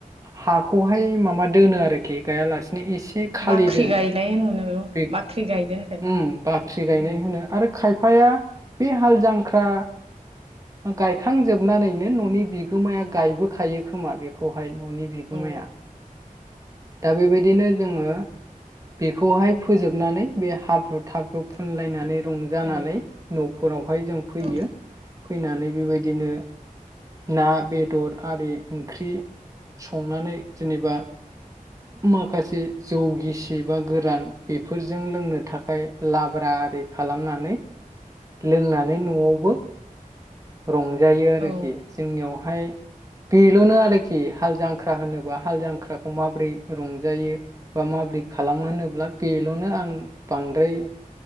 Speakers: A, on the right; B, on the right.
A: हाखौहाय माबा दोनो आरोखि गायाला नो एसे खालि
B: बाख्रि
A: दोनो।
B: गायनाय होनो बेखौ
A: बे
B: बाख्रि गायनो थाखाय
A: उम बाख्रि गायनाय होनो आरो खाय फाया बे हाल जांख्रा गायखांजोबनानैनो न'नि बिगोमाया गायबोखायो खोमा बेखौहाय। न'नि बिगोमाया
B: औ
A: दा बेबायदिनो जोङो बेखौहाय फोजोबनानै बे हाब्रु थाब्रु फुनलायनानै रंजानानै
B: औ
A: न' फोराव हाय जों फैयो
B: औ
A: फैनानै बेबायदिनो ना बेदर आरि ओंख्रि संनानै जेनेबा माखासे जौ गिसि बा गोरान बेफोरजों लोंनो थाखाय लाब्रा आरि खालामनानै लोंनानै न'आवबो रंजायो आरोखि
B: औ
A: जोंनियावहाय बेल'नो आरोखि हाल जांख्रा होनोब्ला हाल जांख्राखौ माबोरै रंजायो बा माबोरै खालामो होनोब्ला बेल'नो आं बांद्राय